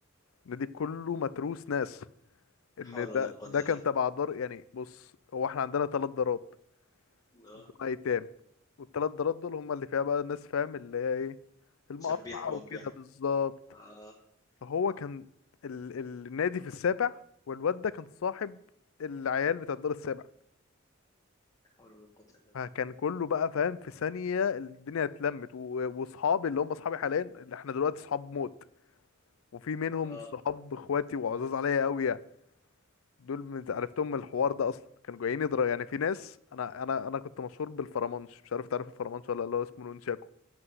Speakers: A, on the left; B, on the left.
A: النادي كله متروس ناس ان
B: حول
A: ده
B: ولا قوة
A: ده
B: الا
A: كان تبع دار يعني بص هو احنا عندنا ثلاث دارات
B: بالله
A: دول
B: اه
A: ايتام والثلاث دارات دول هم اللي فيها بقى الناس فاهم اللي هي ايه المقطعة
B: شبيح وبيح
A: وكده بالظبط
B: اه
A: فهو كان ال... ال- النادي في السابع والواد ده كان صاحب العيال بتاع الدار السابع
B: حول ولا قوة الا بالله
A: فكان كله بقى فاهم في ثانية الدنيا اتلمت و- واصحابي اللي هم اصحابي حاليا اللي احنا دلوقتي صحاب موت وفي منهم
B: اه
A: صحاب اخواتي وعزاز عليا قوي يعني دول من عرفتهم من الحوار ده اصلا كانوا جايين يضرب يعني في ناس انا انا انا كنت مشهور بالفرمانش مش عارف تعرف الفرمانش ولا لا، اللي هو اسمه نونشاكو